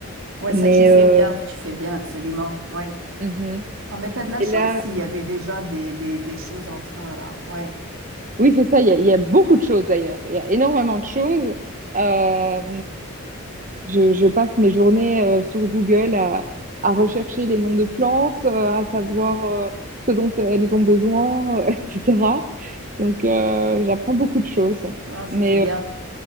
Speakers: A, on the right; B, on the right.
A: Ouais,
B: Mais
A: ça, tu fais
B: euh,
A: bien, tu fais bien, absolument. Ouais.
B: mhm.
A: Ah, mais t'as de la
B: Et
A: chance
B: là,
A: s'il y avait déjà des, des, des choses en train, là. Ouais.
B: oui, c'est ça, il y a, il y a beaucoup de choses d'ailleurs. Il y a énormément de choses. Euh, Je, je passe mes journées euh, sur Google à, à rechercher les noms de plantes, euh, à savoir euh, ce dont elles ont besoin, <laughs> euh, etc. Donc, euh, j'apprends beaucoup de choses.
A: Ah, ça,
B: Mais
A: c'est bien.
B: euh,